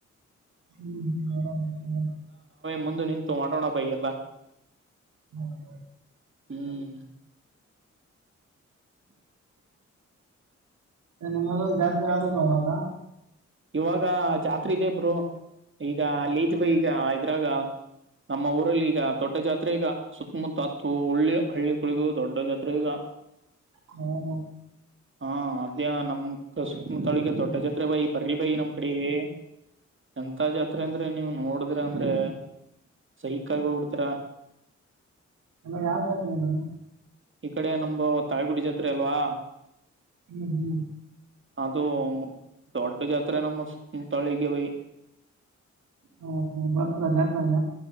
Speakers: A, on the right (about 80°); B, on the right (about 40°).
A: ಹ್ಮ್ ಹ್ಮ್ ಮಾಡಮ್ ಅಂತ್ ತಗ.
B: ಮುಂದ ನಿಂತು ಮಾಡೋಣ ಬೈ ಎಲ್ಲಾ.
A: ಮತ್ತ.
B: ಹ್ಮ್ <inaudible>
A: ಏ ನಿಮ್ಮೂರಾಗ ಆದ್ ಇಲ್ಲೋ ಆಗ.
B: ಇವಾಗ ಜಾತ್ರೆ ಇದೆಬ್ರು ಈಗ ಲೀತ್ ಭೖ ಈಗ ಇದ್ರಾಗ ನಮ್ಮ ಊರಲ್ಲಿ ಈಗ ತೊಡ್ಡ ಜಾತ್ರೆ ಈಗ ಸುತ್ತಮುತ್ತತ್ತು ಒಳ್ಳಿ ಹಳ್ಳಿಗಳಿಗ ದೊಡ್ಡ ಜಾತ್ರೆ ಈಗ
A: ಹ್ಮ
B: ಹಾ ಅದೇ ನಮ್ ಸುುತ್ತಮುತ್ತಳಿಗೆ ದೊಡ್ಡ ಜತ್ರೆ ಬಾಯಿ ಬರ್ರಿ ಬಾಯಿ ನಮ್ ಕಡೆಗೆ ಎಂತ ಜಾತ್ರೆ ಅಂದ್ರೆ ನೀವುನೋಡಿದ್ರ ಅಂದ್ರೆ ಸೈಕ್ಗ ಹೋಗಬಿಡ್ತರ
A: ಎಲ್ಲ ಯಾವ್ದತ್ ಅಂದ
B: ಈ ಕಡೆ ನಮ ತಾಳಗುಡಿ ಜಾತ್ರೆ ಅಲ್ವಾ
A: ಹ್ಮ್ ಹ್ಮ್
B: ಅದು ದೊಡ್ಡ ಜಾತ್ರೆ ನಮ್ಮ ತಳಿಗೆ ಬೈ
A: ಹಾ ಹಾ ಬರ್ತರ ಜಾಗಾಗ